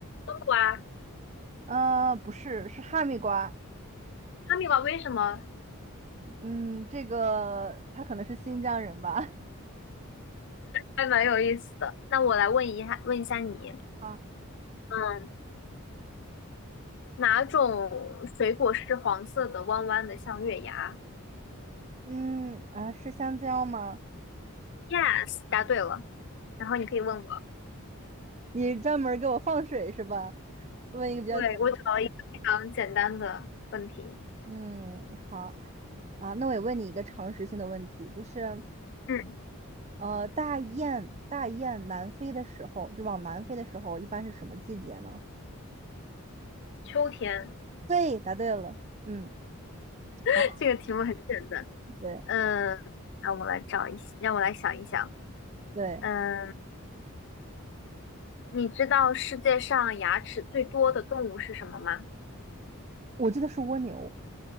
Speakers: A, on the left; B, on the right.
A: 冬瓜、
B: 呃，不是，是哈密瓜。
A: 哈密瓜，为什么？
B: 嗯，这个他可能是新疆人吧？
A: 还蛮有意思的。那我来问一下，问一下你，
B: <laughs> 啊，
A: 嗯，哪种水果是黄色的，弯弯的，像月牙
B: 嗯，啊，是香蕉吗？
A: ？Yes，答对了。然后你可以问我，
B: 你专门儿给我放水是吧？问一个比较简
A: 对，我找了一个非常简单的问题。
B: 嗯，好啊，那我也问你一个常识性的问题，就是
A: 嗯，
B: 呃，大雁大雁南飞的时候，就往南飞的时候，一般是什么季节呢？
A: 秋天，
B: 对，答对了，嗯，
A: <laughs>
B: 好，
A: 这个题目很简单。
B: 对
A: 嗯，让我来找一，让我来想一想。
B: 对，
A: 嗯，你知道世界上牙齿最多的动物是什么吗？
B: 我记得是蜗牛，